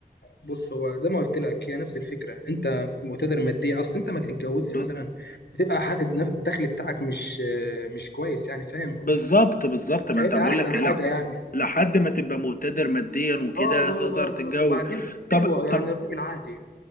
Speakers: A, on the left; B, on the left.
A: بص هو زي ما قلت لك هي نفس الفكره انت مقتدر ماديا اصل انت ما تتجوزش
B: ب...
A: مثلا وتبقى ح- الدخل بتاعك مش آه مش كويس يعني فاهم
B: بالظبط بالظبط ما
A: مش هيبقى
B: انت بقول
A: احسن
B: لك
A: حاجه
B: لا
A: يعني
B: لحد ما تبقى مقتدر ماديا وكده
A: اه اه
B: تقدر
A: اه اه
B: تتجوز
A: آه. وبعدين
B: طب
A: ايوه يعني
B: طب
A: الراجل عادي